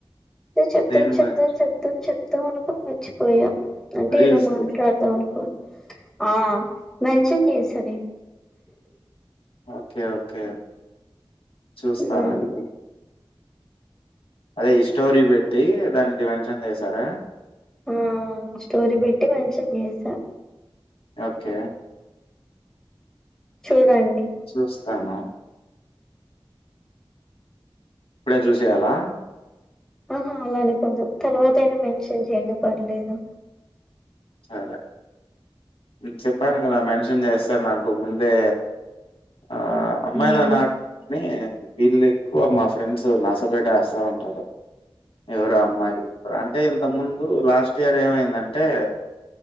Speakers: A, in the centre; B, on the left.
A: అదే చెప్తాన్
B: దేని
A: చెప్తాం
B: గురించి?
A: చెప్తాం చెప్తాం అనుకొని మర్చిపోయా అంటే
B: రీల్స్
A: ఏదో మాట్లాడతా
B: గురించి.
A: ఆ మెన్షన్ చేసది
B: ఓకే ఓకే చూస్తానండి.
A: హ్మ్.
B: అదే ఇ స్టోరీ పెట్టి దానికి మెన్షన్ చేసారా?
A: ఆ స్టోరీ పెట్టి మెన్షన్ చేసా.
B: ఓకే.
A: చూడండి.
B: చూస్తాను. ఇప్పుడే చూసేయలా
A: ఆహా అలా అని కాదు తర్వాత అయిన మెన్షన్ చేయండి పర్లేదు.
B: సరే నేన్ చెప్పాన్ కదా మెన్షన్ చేస్తే నాకు ముందే ఆ
A: ఉమ్
B: అమ్మాయిలన్నా కనీ వీళ్లెక్కువ మా ఫ్రెండ్స్ నస పెట్టేస్తా ఉంటారు. ఎవరా అమ్మాయి అంటే ఇంత ముందు లాస్ట్ ఇయర్ ఏమైందంటే